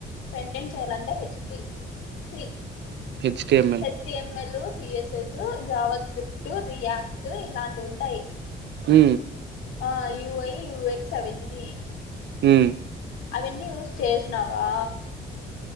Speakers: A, on the left; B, on the right.
A: ఫ్రెంట్ ఎండ్ చేయాలంటే హెచ్టి చీ
B: H T M L
A: ఎస్టిఎంఎల్ CSS JavaScript React ఇలాంటి ఉంటాయి
B: మ్
A: ఆ యుఐ యుూఎక్స్ అవి అన్ని
B: మ్
A: అవన్నీ యూస్ చేసినావా